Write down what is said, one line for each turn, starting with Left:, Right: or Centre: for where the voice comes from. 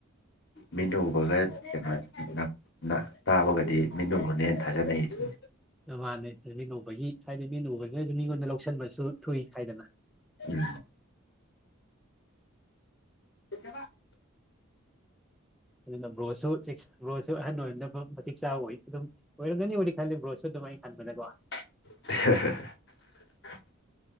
Left: ꯃꯤꯠꯅ ꯎꯕꯒ <unintelligible> ꯅ ꯇꯥꯕꯒꯗꯤ ꯃꯤꯠꯅ ꯎꯕꯅ ꯍꯦꯟꯅ ꯊꯥꯖꯅꯩ ꯗꯨꯅꯤ
Centre: <unintelligible> ꯃꯤꯠꯅ ꯎꯕꯒꯤ ꯍꯥꯏꯗꯤ ꯃꯤꯠꯅ ꯎꯕꯒꯁꯨ ꯃꯤꯉꯣꯟꯗ ꯂꯧꯁꯟꯕꯁꯨ ꯊꯨꯏ ꯍꯥꯏꯗꯅ
Left: ꯎꯝ <unintelligible>
Centre: ꯑꯗꯨꯅ ꯕ꯭ꯔꯣꯁꯨ ꯆꯦꯛꯁ ꯕ꯭ꯔꯣꯁꯨ ꯑꯍꯟ ꯑꯣꯏꯅꯕ ꯃꯇꯤꯛ ꯆꯥꯕ ꯑꯣꯏ ꯑꯗꯨꯝ ꯑꯣꯏꯔꯝꯒꯅꯤꯕꯨꯗꯤ ꯈꯜꯂꯤ ꯕ꯭ꯔꯣꯁꯨ ꯑꯗꯨꯝ ꯑꯩ ꯈꯟꯕꯗꯀꯣ
Left: <inaudible>